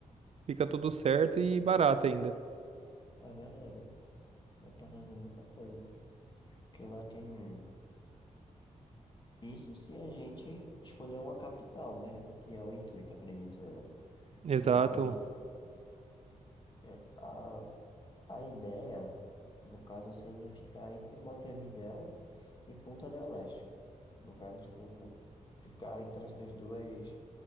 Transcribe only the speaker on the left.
É verdade. Dá pra fazer muita coisa. Porque lá tem. Isso se a gente escolher uma capital, né? O que é o intuito, acredito eu.
Que dá pra gente. é, A, a ideia, no caso, seria ficar entre Montevidéu e Punta del Este. No caso, tipo, ficar entre essas duas,